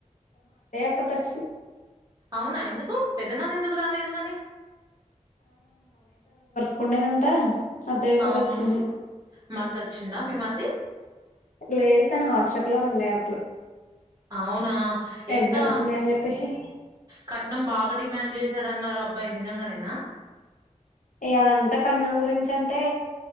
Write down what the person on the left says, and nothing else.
ఒకతోచింద్
కుండనంత అబ్బాయి ఒకటి
వచ్చింది
లేదు తను హాస్టటల్లో ఉండే అప్పుడు
ఎగ్జామ్స్
ఉన్నయ్ చెప్పేసి
ఇగ అదంతా కట్నం గురించి అంటే